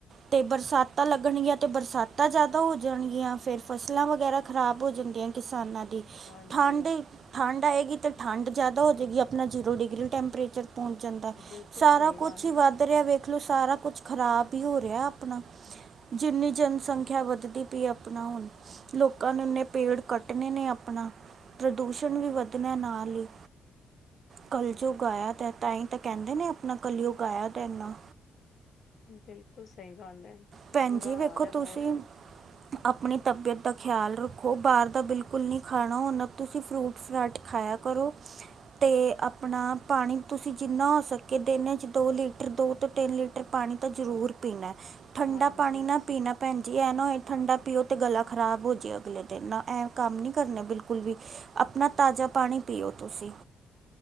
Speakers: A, on the right; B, on the left.
A: ਤੇ ਬਰਸਾਤਾਂ ਲੱਗਣਗੀਆਂ ਤੇ ਬਰਸਾਤਾਂ ਜ਼ਿਆਦਾ ਹੋ ਜਾਣਗੀਆਂ ਫੇਰ। ਫਸਲਾਂ ਵਗੈਰਾ ਖ਼ਰਾਬ ਹੋ ਜਾਂਦੀਆਂ ਕਿਸਾਨਾਂ ਦੀ,
B: ਹਾਂਜੀ
A: ਠੰਡ ਠੰਡ ਆਏਗੀ ਤਾਂ ਠੰਡ ਜ਼ਿਆਦਾ ਹੋ ਜਾਏਗੀ, ਆਪਣਾ ਜ਼ੀਰੋ ਡਿਗਰੀ ਟੈਂਪਰੇਚਰ ਪਹੁੰਚ ਜਾਂਦਾ,
B: ਬਿਲਕੁਲ
A: ਸਾਰਾ
B: ਸਹੀ
A: ਕੁਛ
B: ਗੱਲ
A: ਹੀ ਵੱਧ ਰਿਹਾ, ਇਹ ਵੇਖ ਲੋ ਸਾਰਾ ਕੁਛ ਖ਼ਰਾਬ ਹੀ ਹੋ ਰਿਹਾ ਆਪਣਾ। ਜਿੰਨੀ ਜਨਸੰਖਿਆ ਵੱਧਦੀ ਪਈ ਆਪਣਾ ਹੁਣ, ਲੋਕਾਂ ਨੇ ਇਨੇ ਪੇੜ ਕੱਟ ਕੱਟਣੇ ਨੇ ਆਪਣਾ, ਪ੍ਰਦੂਸ਼ਣ ਵੀ ਵੱਧਣਾ ਨਾਲ ਹੀ ਕਲਯੁੱਗ ਆਇਆ ਤਾਂਈ ਤਾਂ ਕਹਿੰਦੇ ਨੇ ਆਪਣਾ, ਕਲਯੁੱਗ ਆਇਆ ਤੇ ਇਨਾ
B: ਬਿਲਕੁਲ ਸਹੀ ਗੱਲ ਹੈ
A: ਭੈਣ
B: ਬੁਰਾ
A: ਜੀ ਵੇਖੋ
B: ਹਾਲ ਹੈ
A: ਤੁਸੀਂ
B: ਬਹੁਤ।
A: ਆਪਣੀ ਤਬੀਅਤ ਦਾ ਖਿਆਲ ਰੱਖੋ, ਬਾਹਰ ਦਾ ਬਿਲਕੁਲ ਨਹੀਂ ਖਾਣਾ ਉਹ ਨਾ ਤੁਸੀਂ ਫਰੂਟ ਫਰਾਟ ਖਾਇਆ ਕਰੋ। ਅਤੇ ਆਪਣਾ ਪਾਣੀ ਤੁਸੀਂ ਜਿੰਨਾ ਹੋ ਸਕੇ ਦਿਨਾਂ 'ਚ ਦੋ ਲੀਟਰ ਦੋ ਤੋਂ ਤਿੰਨ ਲੀ ਟਰ ਪਾਣੀ ਤਾਂ ਜ਼ਰੂਰ ਪੀਣਾ, ਠੰਡਾ
B: ਹਾਂਜੀ
A: ਪਾਣੀ ਨਾ ਪੀਣਾ। ਭੈਣ ਜੀ ਐਂ ਨਾ ਹੋਏ ਠੰਡਾ ਪੀਓ ਤਾਂ ਗਲਾ ਖਰਾਬ ਹੋ ਜਾਵੇ ਅਗਲੇ ਦਿਨ, ਨਾ ਐਂ ਕੰਮ ਨਹੀਂ ਕਰਨੇ ਬਿਲਕੁਲ ਵੀ ਆਪਣਾ ਤਾਜ਼ਾ ਪਾਣੀ ਪੀਓ ਤੁਸੀਂ।